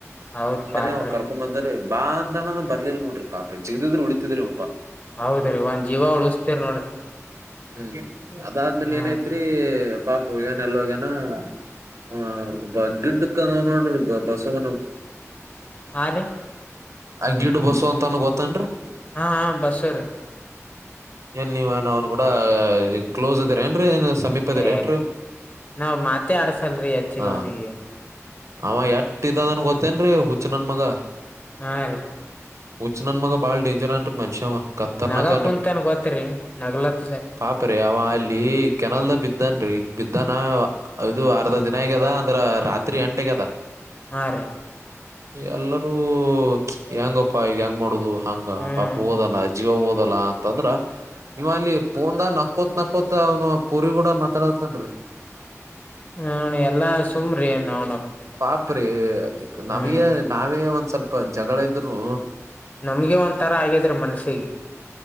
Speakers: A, on the left (about 30°); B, on the right (about 65°).
A: ಹೌದ್ ಪಾಪ್ರಿ
B: ಅವ್ ಕರ್ಕೊಂಡ್ ಬಂದಾರಿ ಬಾ ಅಂತಾನಂದ ಬರ್ಲಿಲ್ಲ ನೋಡ್ರಿ ಪಾಪ ಜಿಗದಿದ್ ಉಳಿತಿದ್ರು
A: ಹೌದ್ರಿ ಒಂದ ಜೀವ ಉಳಸ್ತೇರಿ ನೋಡ್ರಿ.
B: ಹ್ಮ್ ಅದಾದ್ಮೇಲೆ
A: ಹ್ಮ್
B: ಏನೈತ್ರಿ ಪಾಪು ಏನ ಎಲ್ಲೋಗನ ಹೂಆ ಬಗ್ಗಿದ್ದಕ್ ನೋ ನೋಡ್ರಿ ಬಸ್ಸವನು
A: ಹಾ ರಿ
B: ಅಲ್ಲಿ ಗಿಡ್ಡ ಬಸ್ಸು ಅಂತನ ಗೊತ್ತನಡ್ರಿ
A: ಹಾ ಹಾ ಬಸ್ಯಾರಿ
B: ಏಲ್ಲಿ ನೀವೆನ್ ಅವ್ನು ಕೂಟಾಗ ಕ್ಲೋಸ್ ಅದಿರೆಡ್ರಿ ಏನ್ ಸಮೀಪ
A: ಹು
B: ಅದಿರ ಏನ್ರೀ
A: ನಾವ್ ಮಾತೆ ಆಡ್ಸಲಡ್ರಿ ಹೆಚ್ಚಿಗೆ
B: ಹಾ
A: ಅವನಿಗೆ
B: ಅವ ಎಟ್ಟ ಇದ್ದದನ್ ಗೊತ್ತೇನ್ರಿ ಹುಚ್ಚ ನನ್ ಮಗಾ
A: ಹಾ ರೀ
B: ಹಚ್ಚ ನನ್ನ ಮಗಾ ಬಾಳ ಡೇಂಜರ್ ಅನ್ರಿ ಮನುಷ್ಯ ಕತ್ತರ್ನಕ
A: ನಗ
B: ಅನ್ರಿ
A: ಕುಂತನ್ ಗೊತ್ರಿ ನಗ್ಲತ್ತದ
B: ಪಾಪ್ರೀ ಅವ ಅಲ್ಲಿ ಕೆನಲ್ದ ಬಿದ್ದ ಬಿದ್ದನ ಈಗ ಬಿದ್ದಾನ ಇದು ಅರ್ಧ ದಿನ ಆಗ್ಯದ ಅಂದ್ರ ರಾತ್ರಿ ಎಂಟಗ ಅದ.
A: ಆ ರಿ.
B: ಎಲ್ಲರೂ ಹೆಂಗಪ್ಪಾ ಈಗ ಹೆಂಗ್ ಮಾಡುದು. ಹಂಗ
A: ಹ್ಮ್
B: ಪಾಪ ಹಓದಲ್ಲ ಜೀವ ಹಓದಲ್ಲ ಅಂತಂದ್ರ ಇವಾ ಅಲ್ಲಿ ಪೋಂದಗ. ಹಕೋತ್ ನಕೋತ್ ಅವ್ನು ಪೂರಿ ಗೂಡ ಮಾತಾಡತನ್ರಿ.
A: ಹ ಎಲ್ಲಾ ಸುಮ್ರಿ ನೋ
B: ಪಾಪ್ರಿ ಅ
A: ಹ್ಮ್
B: ನಮಗೆ ನಾವೇ ಒಂದ್ ಸ್ವಲ್ಪ ಜಗಳ ಇದ್ರು.
A: ನಮ್ಗೆ ಒಂಥರಾ ಆಗ್ಯಿದ್ರಿ ಮನ್ಸಿಗೆ.